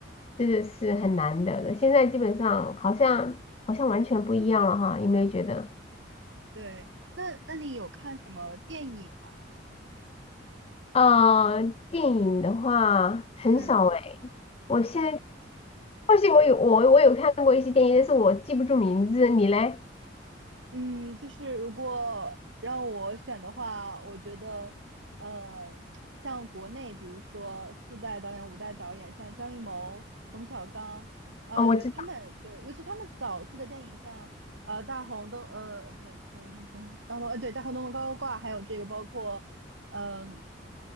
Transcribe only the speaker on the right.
对，那那你有看什么电影吗？
嗯
嗯，就是如果让我选的话，我觉得，呃，像国内，比如说四代导演、五代导演，像张艺谋、冯小刚，啊、
对他们，对，尤其他们早期的电影，像呃《大红灯》，呃，不对，嗯、那个叫什么大红，呃，对，《大红灯笼高高挂》，还有这个包括，嗯、